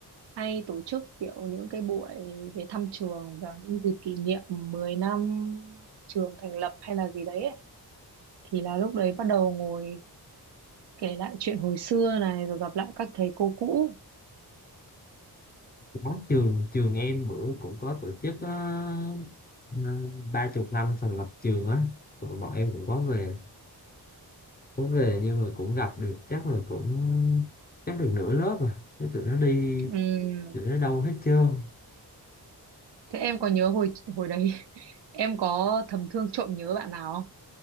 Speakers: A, on the right; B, on the left.
A: hay tổ chức kiểu những cái buổi về thăm trường vào những dịp kỷ niệm 10 năm trường thành lập hay là gì đấy ấy. Thì là lúc đấy bắt đầu ngồi kể lại chuyện hồi xưa này rồi gặp lại các thầy cô cũ.
B: có trường trường em bữa cũng có tổ chức ờ, ờ, ba chục năm thành lập trường á tụi bọn em cũng có về có về nhưng mà cũng gặp được chắc là cũng chắc được nửa lớp rồi Thế tụi nó đi
A: Ừm,
B: tụi nó đâu hết trơn
A: Thế em có nhớ hồi hồi đấy <laughs> em có thầm thương trộm nhớ bạn nào